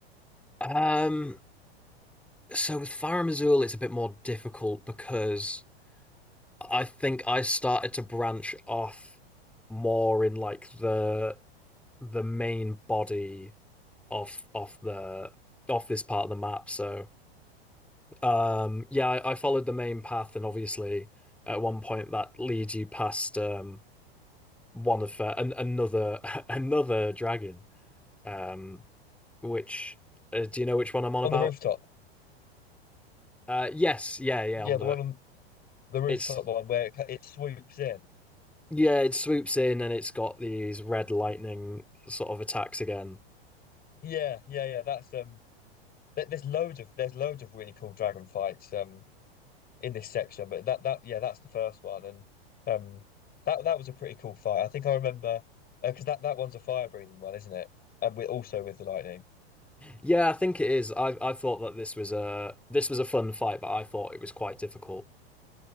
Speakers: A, in the centre; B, on the left (about 30°).
A: um, so with Farum Azula, it's a bit more difficult because I think I started to branch off more in like the the main body of of the of this part of the map. So um yeah, I, I followed the main path and obviously at one point that leads you past um one of uh, an, another <laughs> another dragon. Um which uh, do you know which one I'm on
B: On
A: about?
B: the rooftop.
A: Uh yes, yeah, yeah,
B: Yeah,
A: on the
B: the one on the rooftop
A: it's
B: one where it, ca- it swoops in.
A: yeah, it swoops in and it's got these red lightning sort of attacks again.
B: Yeah, yeah, yeah. That's um. th- There's loads of there's loads of really cool dragon fights. Um, in this section. But that that yeah, that's the first one, and um, that that was a pretty cool fight. I think I remember because that that one's a fire breathing one, isn't it? And we also with the lightning.
A: Yeah, I think it is. I I thought that this was a this was a fun fight, but I thought it was quite difficult.